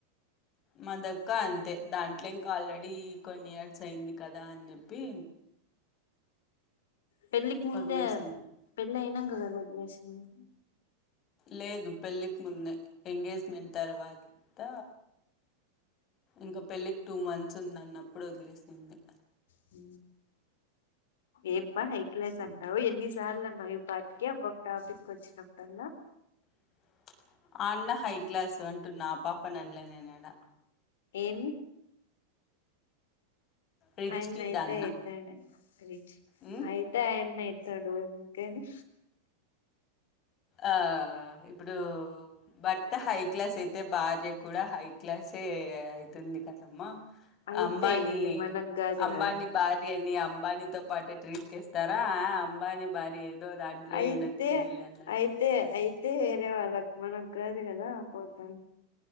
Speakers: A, on the left; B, on the left.
A: మాదక్క అంతే దాంట్లో ఇంకా ఆల్రెడీ కొన్ని ఇయర్స్ అయింది కదా అని చెప్పి
B: పెళ్ళికి ముంద
A: వదిలేసింది.
B: పెళ్ళ ఇనాంగా కద వద్లేసింది
A: లేదు పెళ్ళికి ముందే ఎంగేజ్మెంట్ తర్వాత ఇంకా పెళ్ళికి టూ మంత్స్ ఉంది అన్నప్పుడు వదిలేసింది
B: ఆ ఏం బ హై క్లాస్ అంటావు ఎన్నిసార్లు అన్నావు ఈ పాటికి అ టాపిక్ వచ్చినప్పుడల్లా
A: అ ఆ అన్న హై క్లాసు అంటున్న ఆ పాప నన్నలే నేనాడా
B: ఏమి
A: రిచ్
B: అయినయితే
A: కిడ్ ఆ అన్న.
B: అయితే అన రీచి
A: హ్మ్.
B: ఆయితే అయన్నయి తడుంకానీ
A: ఆ ఇప్పుడు భర్త హై క్లాస్ అయితే భార్య కూడా హై క్లాస్ అయితుంది కదమ్మా
B: అయితే
A: అంబానీ
B: అయ్యింది మనకు కాదు
A: అంబానీ
B: కదా
A: భార్య అని అంబానీతో పాటు ట్రీట్ చేస్తారా అంబానీ భార్య ఏదో దాంట్లో
B: అయితే
A: నిండొచ్చిందిలే అన్నట్టు
B: అయితే అయితే అతే వేరే వాళ్ళకి మనకు కాదు కదా పోతం